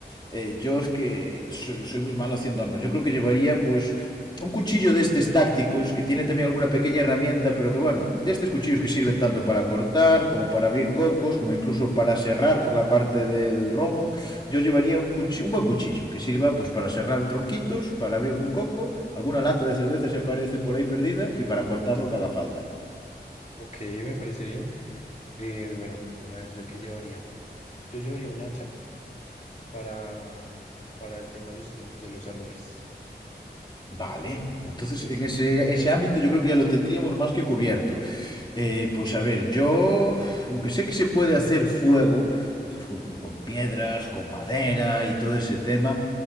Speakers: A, on the left (about 25°); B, on the left (about 45°).
A: eh, yo es que so- soy muy malo haciendo armas, yo creo que llevaría pues un cuchillo de estos tácticos que tiene también también alguna pequeña herramienta, pero que bueno, de estos cuchillos que sirven tanto para cortar, como para abrir cocos, como incluso para serrar por la parte del romo, yo llevaría un, cuchillo, un buen cuchillo que sirva pues para serrar tronquitos, para abrir algún coco, alguna lata de cerveza si aparece por ahí perdida y para cortar lo que haga falta.
B: Ok, me parece bien. Eh, bueno, a ver, ¿yo qué llevaría? Yo llevaría un hacha para, para el tema de los troncos de los árboles.
A: Vale, entonces en ese, ese ámbito yo creo que ya lo tendríamos más que cubierto. Eh, pues a ver, yo, aunque sé que se puede hacer fuego pues, con, con piedras, con madera y todo ese tema,